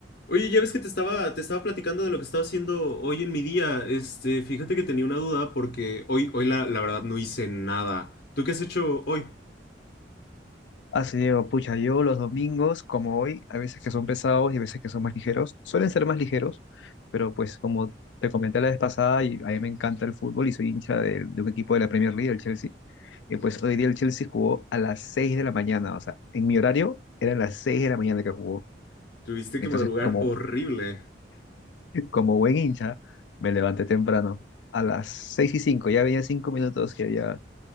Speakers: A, on the left; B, on the left.
A: Oye, ya ves que te estaba, te estaba platicando de lo que estaba haciendo hoy en mi día. Este, fíjate que tenía una duda porque hoy, hoy la, la verdad no hice nada. ¿Tú qué has hecho hoy?
B: Así Diego, pucha, yo los domingos, como hoy, a veces que son pesados y a veces que son más ligeros, suelen ser más ligeros, pero pues como te comenté la vez pasada, y a mí me encanta el fútbol y soy hincha de, de un equipo de la Premier League, el Chelsea, y pues hoy día el Chelsea jugó a las 6 de la mañana, o sea, en mi horario eran las 6 de la mañana que jugó,
A: Tuviste
B: entonces
A: que madrugar
B: como,
A: horrible.
B: como buen hincha me levanté temprano, a las seis y cinco. ya había 5 minutos que había,